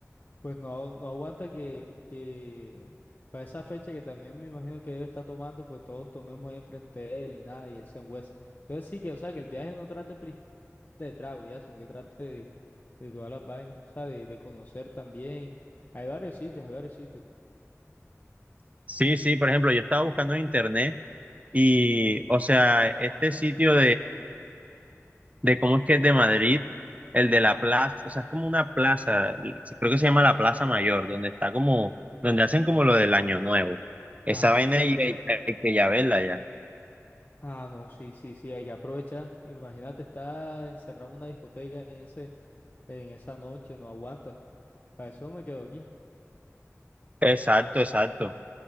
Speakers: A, on the left; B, on the right.
A: Pues no, no aguanta que, que para esa fecha que también me imagino que él está tomando, pues todos tomemos ahí enfrente de él y nada, y él se enhuesa. Entonces sí que, o sea, que el viaje no trate pri- de trago, ya, sino que trate de, de todas las vainas, o sea, de, de conocer también. Hay varios sitios, hay varios sitios.
B: Sí, sí, por ejemplo, yo estaba buscando en internet y, o sea, este sitio de cómo es que es de Madrid, el de la plaza, o sea, es como una plaza, creo que se llama la Plaza Mayor, donde está como, donde hacen como lo del Año Nuevo. Esa
A: Ajá,
B: vaina
A: sí.
B: hay, hay- hay que ya verla ya.
A: Ah, no, sí, sí, sí, hay que aprovechar. Imagínate estar encerrado en una discoteca en ese, en esa noche, no aguanta. Para eso me quedo aquí.
B: Exacto, exacto.